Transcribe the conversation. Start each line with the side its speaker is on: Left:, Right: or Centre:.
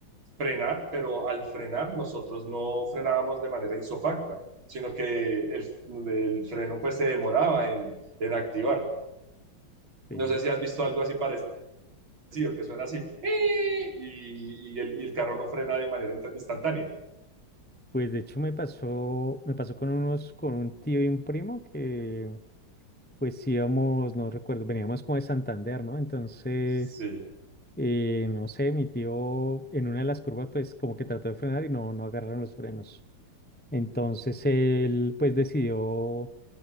Right: frenar, pero al frenar nosotros no frenábamos de manera isofacta, sino que el, el freno pues se demoraba en, en, activar.
Left: Eh,
Right: No sé si has visto algo así parecido, que suena así, ¡eh! y, y, el, y el carro no frena de manera inst- instantánea.
Left: pues de hecho me pasó, me pasó con unos, con un tío y un primo que Pues sí íbamos, no recuerdo, veníamos como de Santander, ¿no? Entonces,
Right: Sí,
Left: eh, no sé, mi tío en una de las curvas pues como que trató de frenar y no, no agarraron los frenos. Entonces él pues decidió